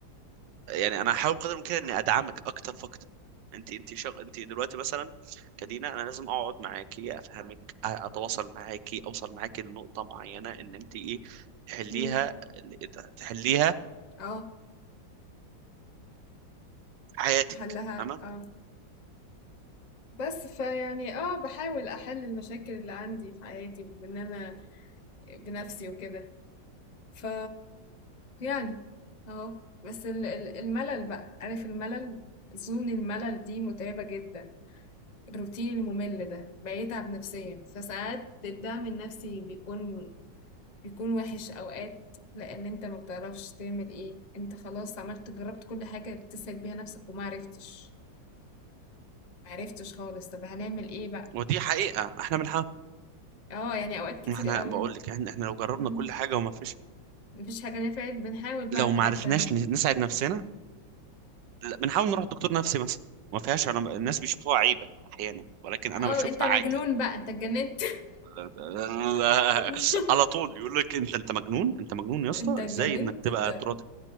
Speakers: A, on the right (about 75°); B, on the left (about 45°).
A: يعني انا هحاول بقدر الامكان اني ادعمك اكتر فاكتر انت انت شغ... انت دلوقتي مثلا كدينا انا لازم اقعد معاكي افهمك أ- اتواصل معاكي اوصل معاكي لنقطه معينه ان انت ايه تحليها
B: امم
A: تحليها
B: اه
A: في حياتك
B: احلها
A: تمام
B: اه بس فيعني اه بحاول احل المشاكل اللي عندي في حياتي بان انا بنفسي وكده ف يعني اهو بس ال- ال- الملل بقى عارف الملل زون الملل دي متعبة جدا الروتين الممل ده بيتعب نفسيا فساعات الدعم النفسي بيكون بيكون وحش اوقات لان انت ما بتعرفش تعمل ايه انت خلاص عملت جربت كل حاجة بتسأل بيها نفسك وما عرفتش ما عرفتش خالص طب هنعمل ايه بقى
A: ودي حقيقه احنا بنحاول
B: اه يعني اوقات كتير
A: احنا
B: قوي
A: بقول لك احنا احنا لو جربنا
B: مم.
A: كل حاجه وما فيش
B: مفيش حاجة نفعت بنحاول بقى
A: لو
B: حاجات
A: ما عرفناش
B: تانية
A: ن- نساعد نفسنا لا، بنحاول نروح دكتور نفسي مثلا ما فيهاش انا الناس بيشوفوها عيبه احيانا ولكن
B: اه
A: انا بشوفها
B: انت مجنون
A: عادي
B: بقى انت اتجننت
A: <laughs>
B: <laughs>
A: على طول يقول لك انت انت مجنون انت مجنون يا اسطى
B: انت اتجننت
A: ازاي انك تبقى
B: انت
A: تروح